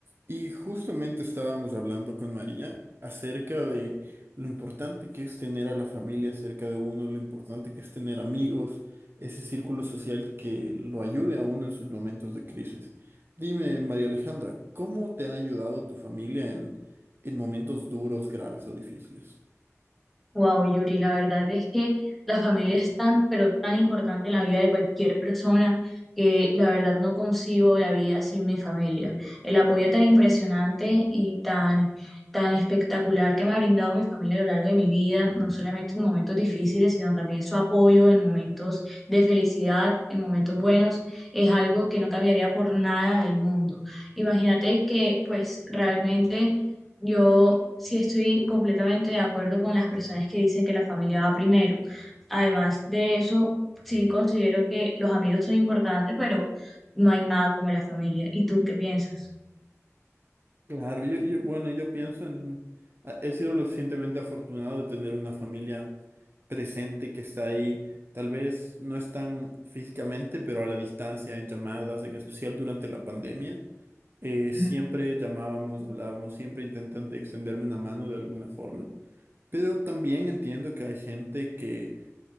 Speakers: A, on the right; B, in the centre.
A: Y justamente estábamos hablando con María acerca de lo importante que es tener a la familia cerca de uno, lo importante que es tener amigos, ese círculo social que lo ayude a uno en sus momentos de crisis. Dime, María Alejandra, ¿cómo te ha ayudado tu familia en, en momentos duros, graves o difíciles?
B: Wow, Yuri, la verdad es que la familia es tan, pero tan importante en la vida de cualquier persona que la verdad no concibo la vida sin mi familia. El apoyo tan impresionante y tan, tan espectacular que me ha brindado mi familia a lo largo de mi vida, no solamente en momentos difíciles, sino también su apoyo en momentos de felicidad, en momentos buenos, es algo que no cambiaría por nada del mundo. Imagínate que pues realmente yo sí estoy completamente de acuerdo con las personas que dicen que la familia va primero. Además de eso, sí considero que los amigos son importantes, pero no hay nada como la familia. ¿Y tú qué piensas?
A: Claro, yo, yo- bueno, yo pienso en... a- He sido lo suficientemente afortunado de tener una familia presente que está ahí. Tal vez no están físicamente, pero a la distancia, en llamadas, en especial durante la pandemia. Eh, siempre
B: Ujú.
A: llamábamos, hablábamos, siempre intentando extenderme una mano de alguna forma. Pero también entiendo que hay gente que